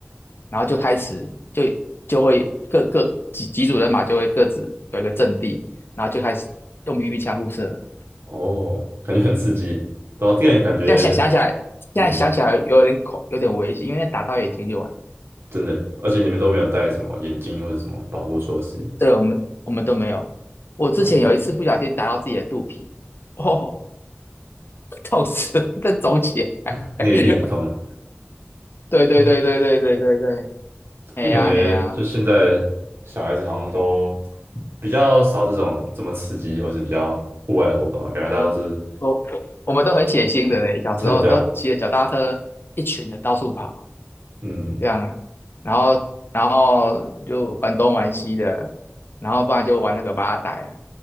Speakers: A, on the left; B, on the right.
A: 然后就开始就就会各各几几组人马就会各自有一个阵地，然后就开始用 BB 枪互射。
B: 哦，感觉很刺激耶。对啊，这样感觉，
A: 现在想想起来，
B: 嗯，
A: 现在想起来有点恐，有点危险，因为打到眼睛就完。
B: 真的。而且你们都没有戴什么眼镜或者什么保护措施，
A: 对，我们我们都没有。我之前有一次不小心打到自己的肚皮，
B: 对啊，
A: 哦，痛死，再走起来。
B: <laughs>
A: <laughs>
B: 那个一定很痛啊。
A: 对对对对对对对对，
B: 对啊，
A: 嘿呀嘿呀，
B: 但感觉就现在小孩子好像都比较少这种这么刺激或是比较户外的活动啊，感觉大家都是
A: 我我我我们都很血腥的嘞，小时候都骑着脚踏车一群的到处跑。
B: 真的，对啊，嗯，
A: 这样啊，然后然后就玩东玩西的，然后不然就玩那个八仔啊，